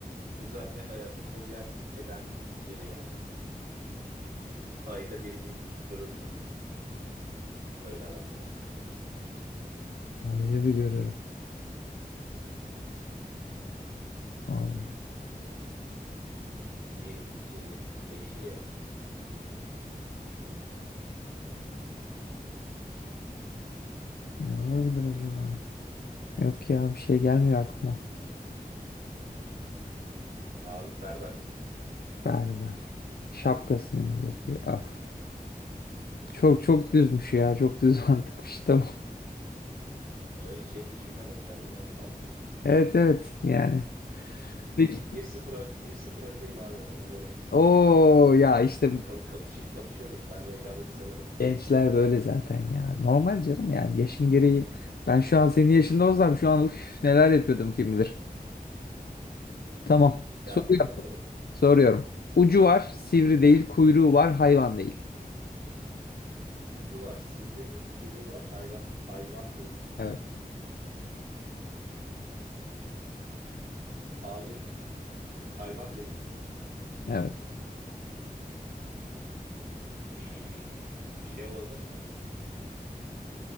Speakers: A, on the right (about 70°); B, on the left (about 80°).
A: düzenli hayatında yer eden biri yani. Ayda bir bir görürsün böyle adamları.
B: Ayda bir görüyorum. Allah.
A: Bir, iki değişir yani.
B: Ne olabilir acaba? Yok ya bir şey gelmiyor aklıma.
A: Abi berber.
B: Ver ver. Şapkasını indir diye. Af. Çok çok düzmüş ya. Çok düz <laughs> mantıkmış. Tamam.
A: Öyle şey düşünmemek lazım abi fazla.
B: Evet evet yani.
A: Bir,
B: Peki.
A: bir sıfır, ön- bir sıfır öndeyim abi ona göre.
B: Oo ya işte bu
A: Ka- kapış- kapışıyoruz. Ben rekabeti severim.
B: gençler böyle zaten ya. Normal canım yani yaşın gereği. Ben şu an senin yaşında olsam şu an uf, neler yapıyordum kim bilir. Tamam. Soruyorum.
A: Ya abi bakalım.
B: Soruyorum. Ucu var, sivri değil, kuyruğu var, hayvan değil.
A: Ucu var, sivri değil, kuyruğu var, hayra- hayvan değil.
B: Evet.
A: Abi hayvan değil.
B: Evet.
A: Hmm, şey olabilir mi?